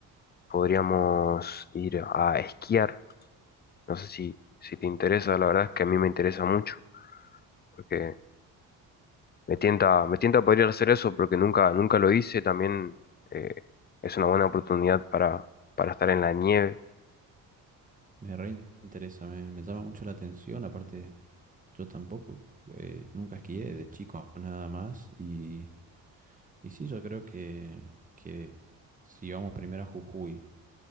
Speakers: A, on the left (about 25°); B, on the right (about 20°).
A: Podríamos ir a esquiar. No sé si, si te interesa, la verdad es que a mí me interesa mucho, porque Me tienta, me tienta poder hacer eso porque nunca, nunca lo hice. También eh, es una buena oportunidad para, para estar en la nieve.
B: Me reinteresa, me, me llama mucho la atención, aparte yo tampoco, eh, nunca esquié de chico nada más y, y sí, yo creo que, que si vamos primero a Jujuy,